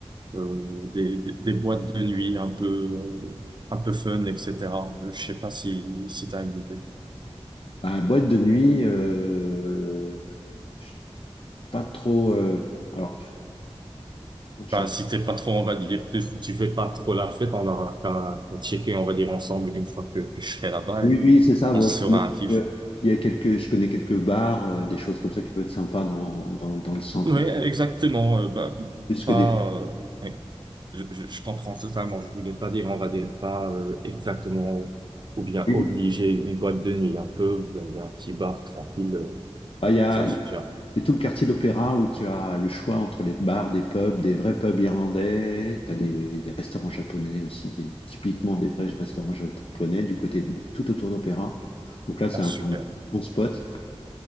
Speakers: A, on the right; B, on the left.
A: euh, des, des des boîtes de nuit un peu, euh, un peu fun, etc. Je sais pas si, si t'as une idée.
B: Bah, boîte de nuit, euh, je suis pas trop. euh, alors, je
A: Bah,
B: suis
A: si t'es pas trop, on va dire, que tu fais pas trop la fête, on aura qu'à checker, on va dire, ensemble une fois que, que je serai là-bas
B: Oui,
A: et
B: oui, c'est ça. Bon,
A: on se
B: je
A: fera
B: connais
A: un kiff.
B: quelques, il y a quelques, je connais quelques bars, euh, des choses comme ça qui peuvent être sympas dans, dans, dans le centre.
A: Oui, exactement. euh, bah,
B: Plus que
A: pas,
B: des...
A: euh, ouais. Je, je, je comprends totalement. Je voulais pas dire, on va dire pas euh, exactement ou bien
B: Oui.
A: obliger une boîte de nuit, un peu dans un petit bar tranquille, euh,
B: Ah, il y a,
A: ça me
B: il
A: suffira.
B: y a tout le quartier d'opéra où tu as le choix entre les bars, des pubs, des vrais pubs irlandais. Tu as des, des restaurants japonais aussi, des- typiquement des vrais restaurants japonais du côté tout autour d'opéra. Donc là, c'est
A: Ah,
B: un
A: super.
B: bon spot.